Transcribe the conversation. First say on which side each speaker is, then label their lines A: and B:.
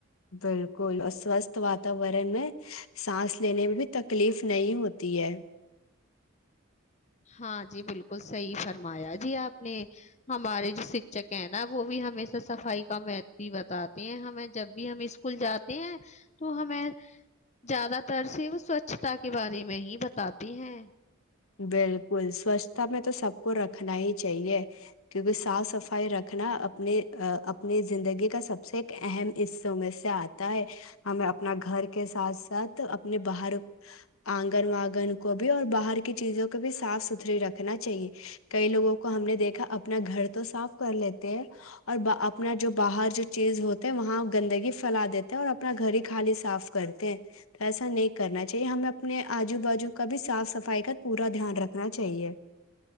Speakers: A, on the left (about 70°); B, on the left (about 30°).
A: بالکل اور سوستھ بات وورن میں سانس لینے میں بھی تکلیف نہیں ہوتی ہے
B: ہاں جی بالکل صحیح فرمایا جی آپ نے ہمارے جو شکشک ہیں نا وہ بھی ہمیشہ صفائی کا مہت بتاتے ہیں ہمیں جب بھی ہم اسکول جاتے ہیں تو ہمیں زیادہ تر سے وہ سوچھتا کے بارے میں ہی بتاتے ہیں
A: بالکل سوچھتا میں تو سب کو رکھنا ہی چاہیے کیونکہ صاف صفائی رکھنا اپنے اپنی زندگی کا سب سے ایک اہم حصوں میں سے آتا ہے ہمیں اپنا گھر کے ساتھ ساتھ اپنے باہر آنگن وانگن کو بھی اور باہر چیزوں کو بھی صاف ستھری رکھنا چاہیے کئی لوگوں کو ہم نے دیکھا اپنا گھر تو صاف کر لیتے ہیں اور اپنا جو باہر جو چیز ہوتے ہے وہاں گندگی پھیلا دیتے اور اپنا گھر ہی خالی صاف کرتے ہیں تو ایسا نہیں کرنا چاہیے ہمیں اپنے آجو بجو کا بھی صاف صفائی کا پورا دھیان رکھنا چاہیے